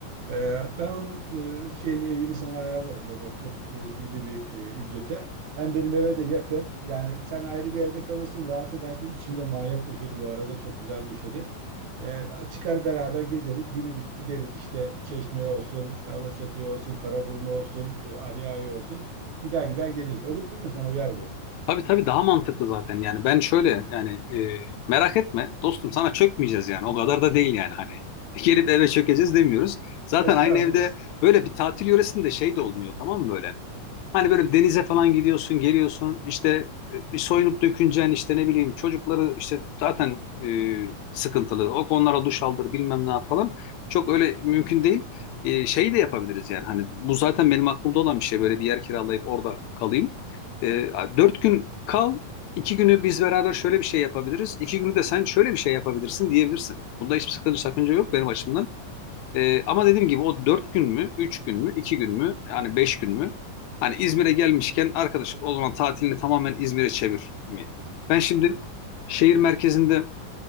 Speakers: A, on the right (about 65°); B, on the left (about 80°).
A: Ee, ben onun e, şeyini evini sana ayarlarım öyle çok e, cüzi bir e, ücrete. Hem benim eve de yakın. Yani sen ayrı bir evde kalırsın, rahat edersin. İçinde manyak döşedi bu arada. Çok güzel döşedi. Ee, çıkar beraber gezeriz. Günübirlik gideriz işte Çeşme'ye olsun, işte Alaçatı'ya olsun, Karaburun olsun, e, Ali Ağa'ya olsun. Gider gider geliriz. Olur değil mi? Sana uyar bu.
B: Tabii tabii daha mantıklı zaten. Yani ben şöyle yani e, merak etme dostum sana çökmeyeceğiz yani. O kadar da değil yani hani. <laughs> Gelip eve çökeceğiz demiyoruz. Zaten
A: Estağfurullah.
B: aynı evde
A: <laughs>
B: böyle bir tatil yöresinde şey de olmuyor tamam mı böyle? Hani böyle denize falan gidiyorsun, geliyorsun işte e, bir soyunup döküneceksin işte ne bileyim çocukları işte zaten e, sıkıntılı. O konulara duş aldır bilmem ne yap falan. Çok öyle mümkün değil. E, şey de yapabiliriz yani hani bu zaten benim aklımda olan bir şey böyle bir yer kiralayıp orada kalayım. E, dört gün kal, iki günü biz beraber şöyle bir şey yapabiliriz. iki günü de sen şöyle bir şey yapabilirsin diyebilirsin. Bunda hiçbir sakınca, sakınca yok benim açımdan. Ee, ama dediğim gibi o dört gün mü, üç gün mü, iki gün mü, yani beş gün mü? Hani İzmir'e gelmişken arkadaş o zaman tatilini tamamen İzmir'e çevir mi? Ben şimdi şehir merkezinde